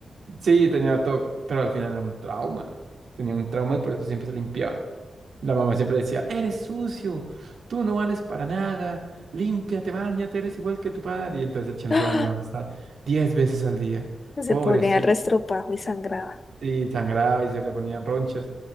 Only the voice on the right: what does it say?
Sí, tenía todo, pero al final era un trauma. Tenía un trauma y por eso siempre se limpiaba. La mamá siempre decía, eres sucio, tú no vales para nada, límpiate, bañate, eres igual que tu padre. Y entonces el chino
se bañaba hasta 10 veces al día.
Pobrecito,
y sangraba y se le ponían ronchas.